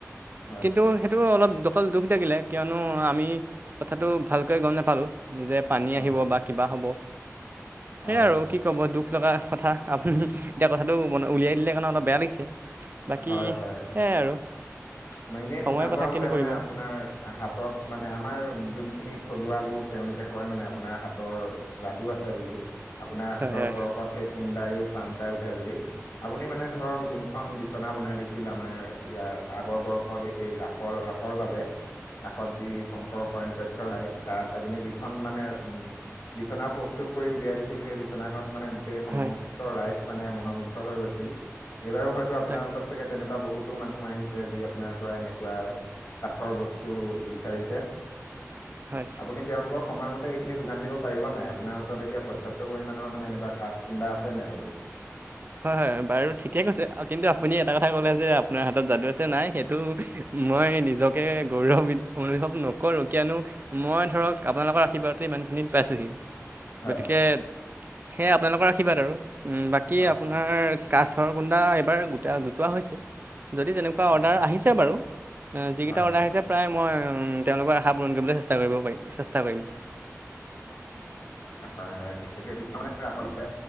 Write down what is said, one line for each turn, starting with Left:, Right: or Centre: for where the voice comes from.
Left: হয়
Right: কিন্তু সেইটো অলপ দকল দুখ থাকিলে। কিয়নো আমি কথাটো ভালকৈ গম নাপালোঁ যে। পানী
Left: হয়
Right: আহিব বা কিবা হ'ব
Left: হয়
Right: সেয়াই আৰু কি। কিয় বৰ দুখ লগা কথা আপুনি এতিয়া কথাটো ম উলিয়াই দিলে কাৰণে অলপ বেয়া লাগিছে। বাকী
Left: হয়, হয়
Right: সেয়াই আৰু
Left: মই এনেই
Right: সময়ৰ
Left: শুনা পোৱা
Right: কথা
Left: মতে
Right: কিনো
Left: মানে
Right: কৰিব আৰু
Left: আপোনাৰ হাত। হাতত মানে আমাৰ যোনখিনি থলুৱা লোক তেওঁলোকে কয় মানে আপোনাৰ হাতৰ। যাদু আছে বুলি আপোনাৰ হাতৰ
Right: হয় হয়
Left: পৰশত সেই কুডায়ো পাণ পাই উঠে বুলি আপুনি মানে ধৰক যোনখন। ৰচনা বনাই দিছিল আমাৰ ইয়াৰ আগৰ বৰ্ষত এই ৰাসৰ ৰাসৰ বাবে। ৰাসত যি কংসৰ শয়ন কক্ষ লায় তাত আপুনি যিখন মানে উম। বিচনা প্ৰস্তুত কৰি উলিয়াই দিছিল সেই বিচনাখনত মানে। সমস্ত
Right: হয়
Left: ৰাইজ মানে মনম হৈ গৈছিল এইবাৰো হয়তো আপোনাৰ
Right: হয়
Left: ওচৰত চাগে তেনেকুৱা বহুতো মানুহ আহিছে যি আপোনাৰ পৰা এনেকুৱা। কাঠৰ বস্তু বিচাৰিছে।
Right: হয়।
Left: আপুনি তেওঁলোকক সময়মতে এইখিনি যোগ দিব পাৰিব নাই আপোনাৰ ওচৰত এতিয়া পৰ্যাপ্ত পৰিমাণৰ মানে এনেকুৱা কুন্দা আছে নাই বাৰু।
Right: হয়, হয় বাৰু ঠিকে কৈছে কিন্তু আপুনি এটা কথা ক'লে যে আপোনাৰ হাতত যাদু আছে নাই সেইটো। মই নিজকে গৌৰৱ অনুভৱ নকৰো কিয়নো। মই ধৰক আপোনালোকৰ আশীৰ্বাদ ইমান খিনিত পাইছোহি।
Left: হয়।
Right: গতিকে সোই আপোনালোকৰ আশীৰ্বাদ আৰু বাকী।
Left: হয়
Right: আমাৰ কাঠৰ গুন্দা এইবাৰ গোটা গোটোৱা হৈছে। যদি তেনেকুৱা
Left: হয়
Right: অৰ্ডাৰ আহিছে বাৰু যিকেইটা
Left: হয়
Right: অৰ্ডাৰ আহিছে প্ৰায় মই তেওঁলোকৰ স পূণ কৰিবলৈ চেষ্টা কৰিব পাৰিম চেষ্টা কৰিম।
Left: হয়, হয় যিহেতু ৰা